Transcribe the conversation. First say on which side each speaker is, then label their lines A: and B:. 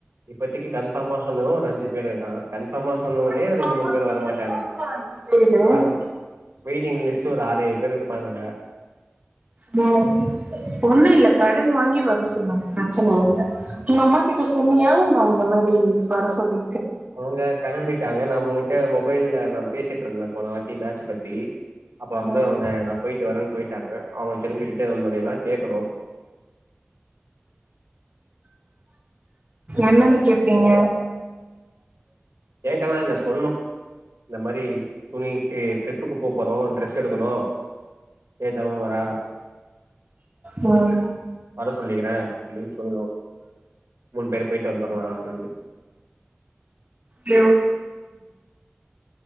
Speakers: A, on the right (about 85°); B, on the right (about 35°).
A: இப்பத்தி கன்ஃபார்மா சொல்லனும்னா ஒரு அஞ்சு பேர் இருக்கா கன்ஃபார்மா சொன்ன
B: கன்ஃபார்மா
A: ஒன்னேயே ரெண்டு மூணு பேரு
B: சொன்னது
A: வரமாட்டனுங்க
B: அஞ்சு பேரு
A: வர வெயிட்டிங் லிஸ்ட்டு ஒரு ஆறு ஏழு பேரு இருப்பானுங்க
B: மோ ஒன்னு இல்ல கடன் வாங்கி வர சொல்லுங்க பிரச்சன இல்ல உங்க அம்மா கிட்ட சொன்னியா ஆஹ் இந்த மாரி வர சொல்லி
A: அவுங்க கெளம்பிட்டாங்க நம்ம கிட்ட மொபைல்ல நா பேசிட்டு இருந்தே போன வாட்டி மேட்ச பத்தி அப்ப வந்து
B: ம்
A: அவுங்க நா போயிட்டு வரேன்னு போயிட்டாங்க அவுங்க கிளம்பிரு டே வந்தோன்னே தா கேக்கனு
B: என்னன்னு கேப்பீங்க
A: கேக்கல்லா இல்ல சொல்னோ இந்த மாரி துணிக்கி ட்ரிப்புக்கு போபோறோ ட்ரெஸ் எடுக்கனும் ஏத் அவே வரா
B: ம்
A: வர சொல்லிக்கிறே அப்டினு சொல்லனு மூணு பேரு போய்ட்டு வந்துரலா அப்டின்டு
B: <inaudible>